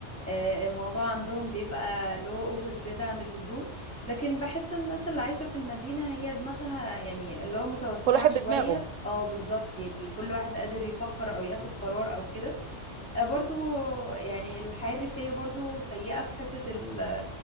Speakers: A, in the centre; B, on the right.
A: آه، الموضوع عندهم بيبقى اللي هو اوفر زيادة عن اللزوم لكن بحس الناس اللي عايشة في المدينة هي دماغها يعني اللي هو متوسعة
B: كل واحد
A: شوية
B: بدماغه
A: اه بالظبط يعني كل واحد قادر يفكر او ياخد قرار او كده آه، برضو يعني الحياة الريفية برضو سيئة في حتة ال...